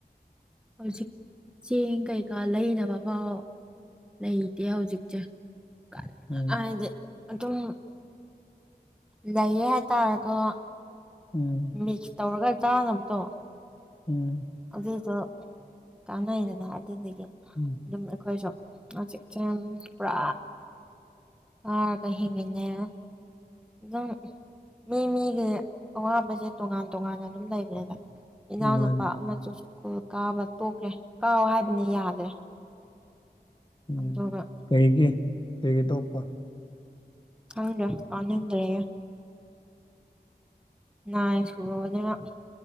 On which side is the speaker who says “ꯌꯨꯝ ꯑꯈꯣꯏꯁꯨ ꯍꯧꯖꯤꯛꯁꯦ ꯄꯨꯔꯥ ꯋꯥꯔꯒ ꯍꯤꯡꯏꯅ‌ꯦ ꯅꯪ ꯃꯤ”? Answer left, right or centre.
Centre